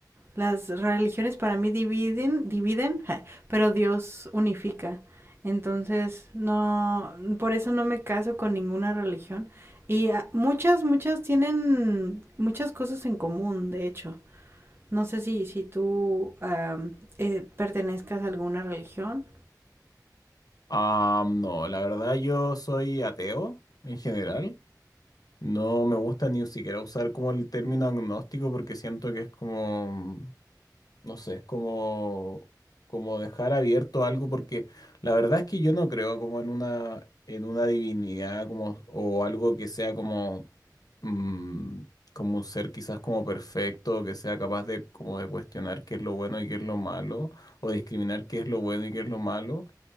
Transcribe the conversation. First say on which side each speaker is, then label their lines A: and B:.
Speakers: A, on the right; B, on the left.
A: Las religiones para mí dividen, dividen, <laughs> ja, pero Dios unifica. Entonces, no, por eso no me caso con ninguna religión. Y ah, muchas, muchas tienen muchas cosas en común, de hecho. No sé si, si tú am, eh, pertenezcas a alguna religión.
B: Ah, no, la verdad yo soy ateo en general. No me gusta ni siquiera usar como el término agnóstico porque siento que es como no sé, como, como dejar abierto algo, porque la verdad es que yo no creo como en una, en una divinidad como, o algo que sea como, mm, como un ser quizás como perfecto, que sea capaz de como de cuestionar qué es lo bueno y qué es lo malo, o discriminar qué es lo bueno y qué es lo malo.